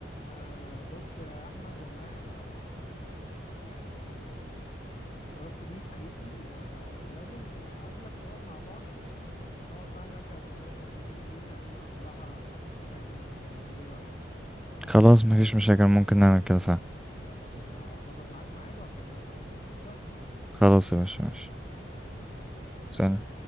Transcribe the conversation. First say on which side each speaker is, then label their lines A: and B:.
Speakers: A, on the left; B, in the centre.
A: آه بص يا احمد والله انا يعني اتشرفت بيك حقيقي و... ولازم اقابلك ونقعد مع بعض نقعد بقى نرجع الذكريات القديمة دي تاني عشان أنا الصراحة ما خدتش كفايتي من المكالمة دي إيه رأيك؟
B: خلاص مفيش مشاكل ممكن نعمل كده فعلا
A: يلا يا باشا هظبط معاك ميعاد وهكلمك على طول قشطة؟
B: خلاص يا باشا ماشي
A: يلا سلام
B: سلام